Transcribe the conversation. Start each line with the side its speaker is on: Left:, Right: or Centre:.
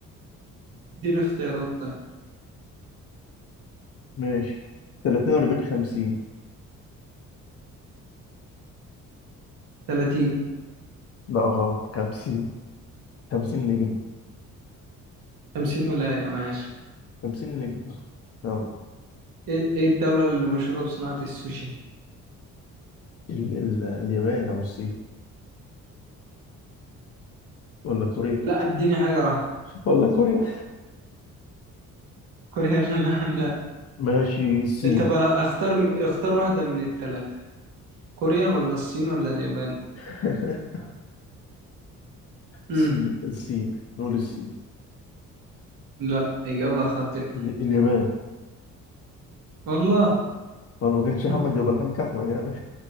Right: اديني اختيارات طيب
Left: ماشي تلاتين أربعين خمسين
Right: 30
Left: لا غلط خمسين خمسين نجم
Right: 50 ولاية ماشي
Left: خمسين نجم يلا
Right: ايه إيه الدولة اللي مشهورة بصناعة السوشي
Left: ال ال اليابان أو الصين ولا كوريا
Right: لا اديني حاجة واحدة
Left: ولا كوريا
Right: كوريا <laughs> لا لا
Left: ماشي الصين
Right: طب اختار اختار واحدة من التلاتة كوريا ولا الصين ولا اليابان
Left: <laughs>
Right: امم
Left: الصين الصين نقول الصين
Right: لا إجابة خاطئة
Left: ال- اليابان
Right: والله
Left: هو لو ما كانش
Right: <laughs>
Left: أحمد يبقى الحاج أحمد يعني